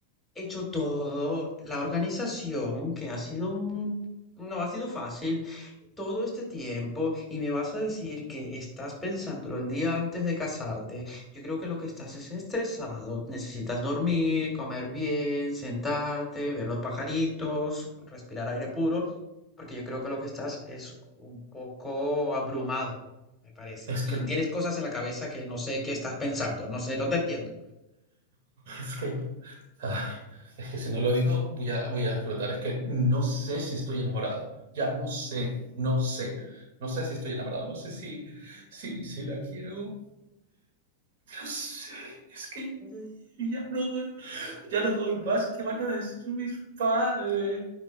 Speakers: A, in the centre; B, on the right.
A: hecho todo, la organización, que ha sido un... No ha sido fácil todo este tiempo y me vas a decir que estás pensándolo el día antes de casarte. Yo creo que lo que estás es estresado. Necesitas dormir, comer bien, sentarte, ver los pajaritos, respirar aire puro, porque yo creo que lo que estás es un poco abrumado, me parece.
B: Es
A: Y
B: que,
A: tienes cosas en la cabeza que no sé qué estás pensando, no sé, no te entiendo.
B: es que, ah, es que si no lo digo, voy a, voy a explotar. Es que no sé si estoy enamorado. Ya, no sé, no sé. No sé si estoy enamorado, no sé si, si, si la quiero No sé, es que
A: Ujú.
B: ya no doy,
A: Pero,
B: ya no doy
A: mm,
B: más. ¿Qué van a decir mis padres?